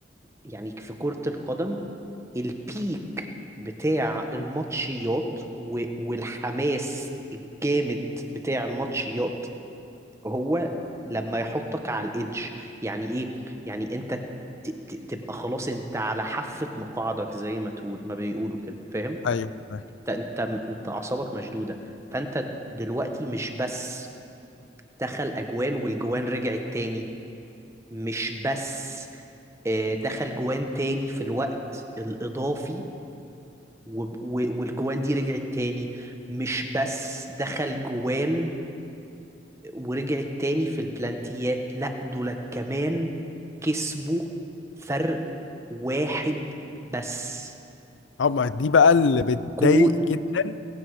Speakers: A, on the right; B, on the left.
A: يعني في كرة القدم البيك بتاع الماتشيات و- والحماس الجامد بتاع الماتشيات هو لما يحطك على الإيدج يعني إيه؟ يعني أنت ت- ت- تبقى خلاص أنت على حافة مقاعدك زي ما تقول ما بيقولوا كده فاهم؟
B: ايوه فاهم.
A: أنت أنت أنت أعصابك مشدودة فأنت دلوقتي مش بس دخل أجوان والجوان رجعت تاني مش بس آه، دخل جوان تاني في الوقت الإضافي وب- و- والجوان دي رجعت تاني مش بس دخل جوان ورجعت تاني في البلانتيات لا دولت كمان كسبوا فرق واحد بس
B: اه ما دي بقى اللي بتضايق
A: جون
B: جدا